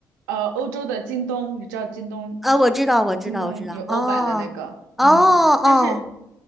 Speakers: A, on the right; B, in the centre.
A: 呃，欧洲的京东，你知道京东，
B: 啊，我知道我知道我知道，
A: 京东有欧版的那个，
B: 哦哦哦。
A: 嗯，但是